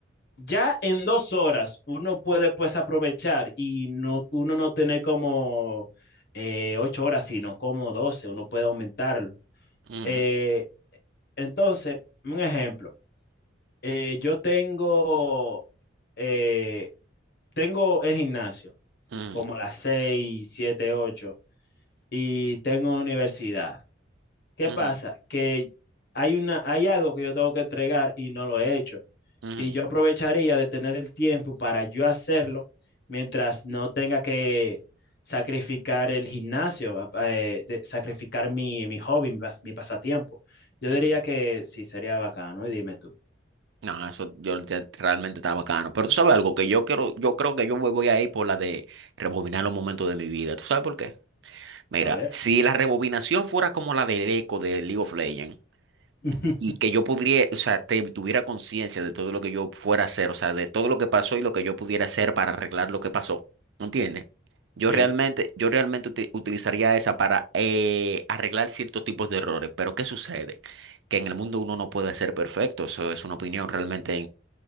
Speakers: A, on the left; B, on the right.
A: Ya en dos horas uno puede pues aprovechar y no, uno no tener como eh, ocho horas, sino como doce, uno puede aumentarlo.
B: Ujú,
A: Eh, entonces, un ejemplo, eh, yo tengo, eh, tengo el gimnasio
B: ujú,
A: como a las seis, siete, ocho y tengo universidad. ¿Qué
B: ujú,
A: pasa? Que hay una, hay algo que yo tengo que entregar y no lo he hecho.
B: ujú,
A: y yo aprovecharía de tener el tiempo para yo hacerlo mientras no tenga que sacrificar el gimnasio, eh, de- sacrificar mi, mi hobby, mi, pas- mi pasatiempo. Yo
B: ujú.
A: diría que sí, sería bacano. Y dime tú,
B: No, eso yo ya realmente está bacano. Pero tú sabes algo que yo quiero, yo creo que yo me voy a ir por la de rebobinar los momentos de mi vida. ¿Tú sabes por qué? Mira,
A: a ver.
B: si la rebobinación fuera como la del eco de League of Legends
A: <laughs>
B: y que yo pudiera, o sea, te- tuviera conciencia de todo lo que yo fuera a hacer, o sea, de todo lo que pasó y lo que yo pudiera hacer para arreglar lo que pasó, ¿no entiendes? Yo
A: Bien.
B: realmente, yo realmente uti- utilizaría esa para eh, arreglar ciertos tipos de errores, pero ¿qué sucede? Que en el mundo uno no puede ser perfecto, eso es una opinión realmente